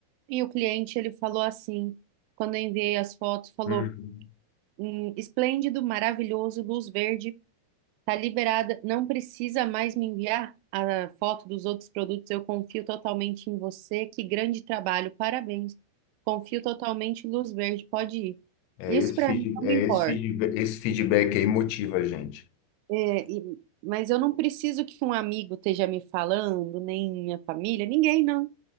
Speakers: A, on the right (about 85°); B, on the left (about 85°).
A: E o cliente, ele falou assim, quando eu enviei as fotos, falou,
B: Uhum.
A: "Hum, esplêndido, maravilhoso, luz verde, tá liberada, não precisa mais me enviar a foto dos outros produtos, eu confio totalmente em você, que grande trabalho, parabéns, confio totalmente, luz verde, pode ir.
B: É
A: Isso
B: esse
A: para
B: feedback,
A: mim não me
B: é
A: importa,
B: esse feedback, esse feedback aí motiva a gente.
A: É, e- mas eu não preciso que um amigo esteja me falando, nem minha família, ninguém, não,